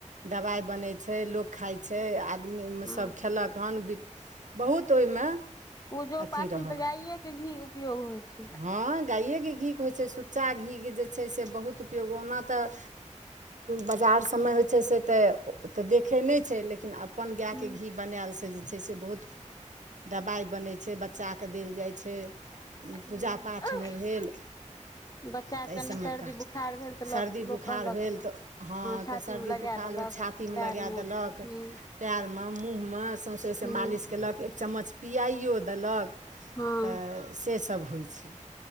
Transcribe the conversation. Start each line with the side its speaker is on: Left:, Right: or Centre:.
Right: दबाइ बनै छै। लोक खाइ छै। आदमी
Left: हँ
Right: सभ। खयेलक हन बि बहुत ओहिमे।
Left: पूजो
Right: अथी
Left: पाठमे
Right: रहल
Left: तऽ गाइएके घी उपयोग होइ छै
Right: हँ गाायएके घीक होइ छै। सुत च चा घीके जे छै। से बहुत उपयोग ओना तऽ बजार सबमे होइ छै से तऽ तऽ देखै नय छै लेकिन अपन गायके
Left: हूँ
Right: घी बनायल सँ जे छै से बहुत दबाइ बनै छै बच्चा कऽ देल जाइ छै
Left: हूँ
Right: पूजा पाठमे भेल
Left: बच्चा
Right: तऽ
Left: कऽ
Right: एहि
Left: कनी
Right: सबमे
Left: सर्दी
Right: का
Left: बुखार भेल तऽ
Right: सर्दी
Left: ल -
Right: बुखार
Left: लोक कहलक
Right: भेल तऽ हँ
Left: छातीमे
Right: तऽ सर्दी
Left: लगा
Right: बुखार
Left: देलक
Right: भेल छाती मऽ
Left: पएरमे
Right: लगै देलक
Left: हुँ
Right: पैर मऽ मुँह मऽ सौंसेसँ
Left: हुँ
Right: मालिश केलक एक चम्मच पआइओ देलक
Left: हँ
Right: तऽ से सभ होइ छै